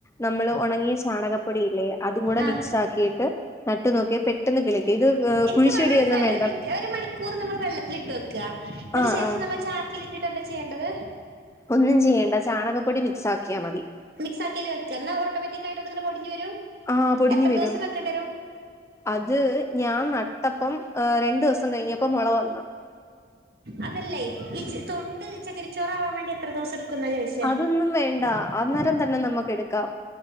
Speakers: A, on the left; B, on the right.
A: നമ്മള് ഉണങ്ങിയ ചാണകപ്പൊടിയില്ലേ അതും കൂടെ
B: ആ
A: മിക്സ് ആക്കിയിട്ട് നട്ടു നോക്കിയ പെട്ടെന്ന് കിള ഇത്
B: എനിക്ക്
A: കുഴിച്ചുടന്നും
B: മനസ്സിലായില്ല
A: വേ.
B: ഒരു മിനിറ്റ് ഒരു മണിക്കൂർ നമ്മൾ വെള്ളത്തിലിട്ട് വെക്ക. ന്നിട്ട്
A: ആ
B: ശേഷം
A: ആ
B: നമ്മൾ ചാക്കിൽ ഇട്ടിട്ട് എന്താ ചെയ്യേണ്ടത്
A: ഒന്നും ചെയ്യേണ്ട ചാണകപ്പൊടി മിക്സ് ആക്കിയാൽ മതി.
B: മിക്സാക്കിഅയില് വെക്ക എന്നാ ഓട്ടോമാറ്റിക്കായിട്ട് അതു പൊടിഞ്ഞ് വരും?
A: ആഹ് പൊടിഞ്
B: എത്ര
A: വരും
B: ദിവസം വെക്കേണ്ടി വരും
A: അത് ഞാൻ നാ ട്ടപ്പം രണ്ടു ദേവസം കഴിഞ്ഞപ്പോ മുള വന്നു
B: അതല്ലേ ഈ തൊണ്ട് ചകിരിച്ചോറാവാൻ വേണ്ടി എത്ര ദിവസം എടുക്കുന്ന ചോദിച്ചത്?
A: അതൊന്നും വേണ്ട അന്നേരം തന്നെ നമുക്ക് എടുക്കാം.